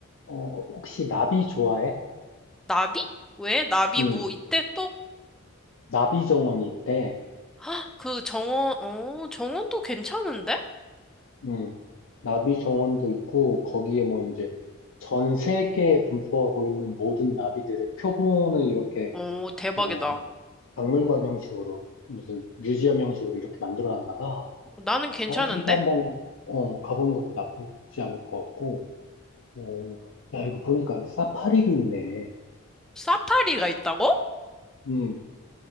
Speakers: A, on the left; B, in the centre.
A: 어, 혹시 나비 좋아해?
B: 나비? 왜? 나비
A: 음,
B: 뭐 이때 또?
A: 나비 정원이 있대.
B: 헉, 그 정원, 어, 정원도 괜찮은데?
A: 음, 나비 정원도 있고, 거기에 뭐 이제 전 세계에 분포하고 있는 모든 나비들의 표본을 이렇게,
B: 오 대박이다.
A: 어, 박물관 형식으로, 무슨 뮤지엄 형식으로 이렇게 만들어 놨나 봐.
B: 나는 괜찮은데?
A: 거기도 한번, 어, 가보는 것도 나쁘지 않을 것 같고, 어, 야, 이거 보니까 사파리도 있네.
B: 사파리가 있다고?
A: 음,